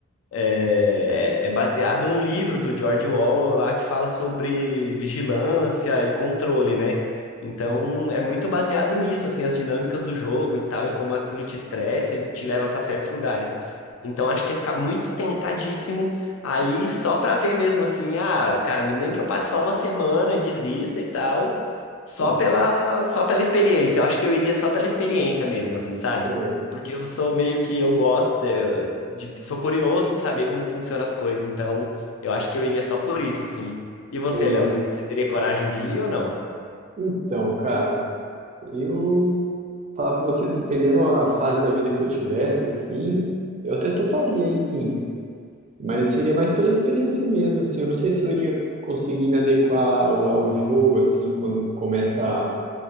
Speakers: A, on the left; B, on the right.
A: É, é baseado num livro do George Orwell lá que fala sobre vigilância e controle, né? Então é muito baseado nisso, assim, as dinâmicas do jogo e tal, e como aquilo te estressa e te leva para certos lugares. Então acho que ia ficar muito tentadíssimo aí só pra ver mesmo, assim, ah, cara, nem que eu passe só uma semana, desista e tal, só
B: Sim,
A: pela, só pela experiência. Eu acho que eu iria só pela experiência mesmo, assim, sabe?
B: é,
A: Porque eu sou meio que eu gosto de, de- sou curioso de saber como que funcionam as coisas, então eu acho que eu iria só por isso, assim. E você,
B: boa.
A: Leozinho, você teria coragem de ir ou não?
B: Então, cara, eu falar pra você, dependendo a fase da vida que eu tivesse, assim, eu até toparia aí, sim. Mas seria mais pela experiência mesmo, assim. Eu não sei se eu iria conseguir me adequar ao, ao jogo, assim, quando começa